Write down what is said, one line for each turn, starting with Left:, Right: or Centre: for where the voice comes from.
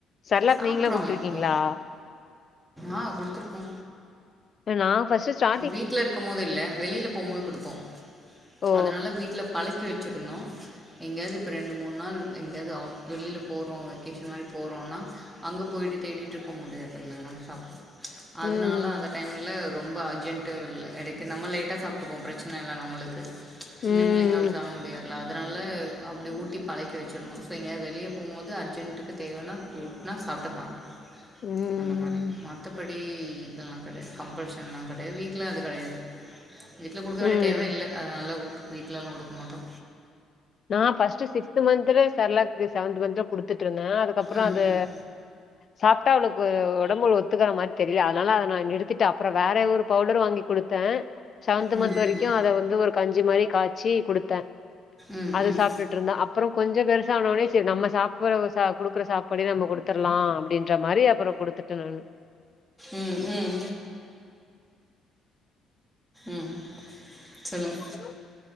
Left: செர்லாக்
Centre: சாப்ட்ருவாங்க
Left: நீங்களா குடுத்துருக்கீங்களா
Centre: அப்போ ஆ கொடுத்துருக்கோ
Left: நா ஃபர்ஸ்ட் ஸ்டா
Centre: வீட்டில் இருக்கும் போது இல்ல வெளியில போகும் போது கொடுப்போ
Left: ஓ
Centre: அதனால வீட்டில பழக்கி வச்சிருந்தோ எங்கயாவது இப்போ ரெண்டு மூணு நாள் எங்கயாவது அவுட் வெளியில் போகிறோ வெக்கேஷன் மாதிரி போறோன்னா அங்க போயிட்டு தேடிட்டு இருக்க முடியாதுல நம் ஷாப்
Left: ம்
Centre: அதனால அந்த டைம்ல ரொம்ப அர்ஜென்ட்டுல்ல எடைக்கு நம்ம லேட்டா சாப்ட்டுப்போ பிரச்சன இல்ல நம்மளுக்கு
Left: ம்
Centre: சின்ன பிள்ளைங்க அப்டி சாப்ட மு யாதுல்ல அதனாலா அப்டி ஊட்டி பழக்கி வச்சிருந்தோ ஸோ எங்கயாது வெளிய போம்போது அர்ஜெண்ட்டுக்கு தேவன்னா ஃபுட் ன்னா சாப்ட்டுப்பாய்ங்
Left: ம்
Centre: அந்த மாரி மத்தப்படி இதல்லா கெடையாது கம்பல்ஷன் வீட்ல அது கெடையாது வீட்ல குடுக்க
Left: ம்
Centre: வேண்டிய
Left: ம்
Centre: தேவ இல்ல அதனால ஊட் வீட்லலா குடுக்க மாட்டோ
Left: நா ஃபர்ஸ்ட்டு சிக்ஸ்த் மந்த்துல சரலாக்கு செவன்த் மந்த்துல குடுத்துட்டு இருந்த அதுக்கப்றோ
Centre: ம்
Left: அது
Centre: ம்
Left: சாப்ட்டா அவளுக்கு அது ஒடம்புல ஒத்துக்ற மாரி தெரில அதனால அத நா நிறுத்திட்ட அப்றோ வேற ஒரு பவுடர் வாங்கி குடு த்த செவன்த்
Centre: ம்
Left: மந்த் வரைக்கு
Centre: ம்
Left: அத வந்து ஒரு கஞ்சி மாரி காச்சி குடுத்த
Centre: ம்
Left: அது
Centre: ம்
Left: சாப்ட்ட்டு இருந்தா அப்றோ கொஞ்சோ பெருசான வொன்னே சரி நம்ம சாப் பற சாப் குடுக்குற சாப்பாடே நம்ம குடுத்துர்லா அப்டின்ற மாரி அப்பறோ குடுத்துட்ட நானு
Centre: ம் ம் ம் சொல்லுங்க
Left: ஹலோ